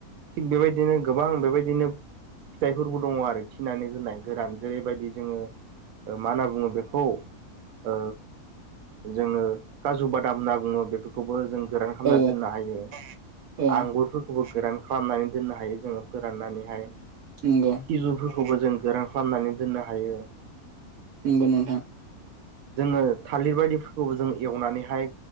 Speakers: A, on the right; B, on the right.
A: थिग बेबायदिनो गोबां बेबायदिनो फिथाइफोरबो दङ आरो थिनानै दोननाय गोरान जेरैबायदि जोङो मा होनना बुङो बेखौ ओ जोङो काजु बादाम होनना बुङो बेखौ खौबो जों गोरान खालामनानै
B: औ
A: दोननो हायो
B: औ
A: आंगुरफोरखौ खौबो गोरान खालामनानै दोननो हायो जोङो फोराननानैहाय
B: नंगौ
A: सिजौफोरखौबो जों गोरान खालामनानै दोननो हायो
B: नंगौ नोंथां
A: जोङो थालिर बायदिफोरखौबो जोङो एवनानैहाय